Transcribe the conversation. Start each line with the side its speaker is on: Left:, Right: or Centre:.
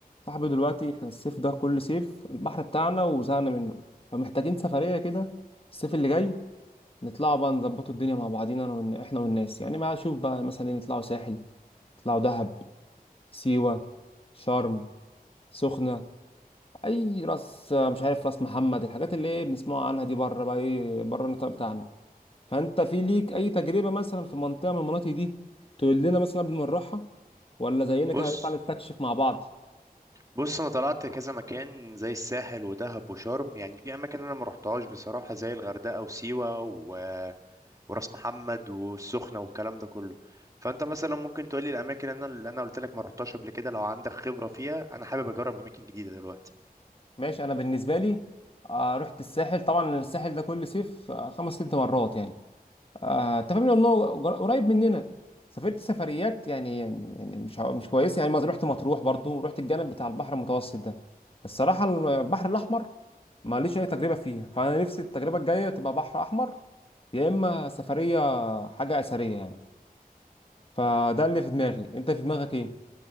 Left: صاحبي دلوقتي احنا الصيف ده كل صيف البحر بتاعنا وزهقنا منه فمحتاجين سفرية كده الصيف اللي جاي نطلعوا بقى نظبطوا الدنيا مع بعضينا انا والن- احنا والناس يعني ما اشوف بقى مثلا ايه نطلعوا ساحل نطلعوا دهب سيوة شرم سخنة اي راس مش عارف راس محمد الحاجات اللي ايه بنسمعها عنها دي بره بقى ايه بره النطاق بتاعنا فانت في ليك اي تجربة مثلا في منطقة من المناطق دي تقول لنا مثلا قبل ما نروحها ولا زينا
Right: بص
Left: كده هنطلع نستكشف مع بعض
Right: بص انا طلعت كذا مكان زي الساحل ودهب وشرم يعني في اماكن انا ما رحتهاش بصراحه زي الغردقه وسيوه و... وراس محمد والسخنه والكلام ده كله فانت مثلا ممكن تقولي الاماكن انا اللي انا قلت لك ما رحتهاش قبل كده لو عندك خبره فيها انا حابب اجرب اماكن جديده دلوقتي
Left: ماشي انا بالنسبه لي آه، رحت الساحل طبعا الساحل ده كل صيف آه، خمس ست مرات يعني آه، انت فاهم لانه جر- قريب مننا سافرت سفريات يعني يعني مش ع- مش كويسه يعني مثلا رحت مطروح برضو رحت الجانب بتاع البحر المتوسط ده الصراحه البحر الاحمر ماليش اي تجربه فيها فانا نفسي التجربه الجايه تبقى بحر احمر يا اما سفريه حاجه اثريه يعني فده اللي في دماغي انت في دماغك ايه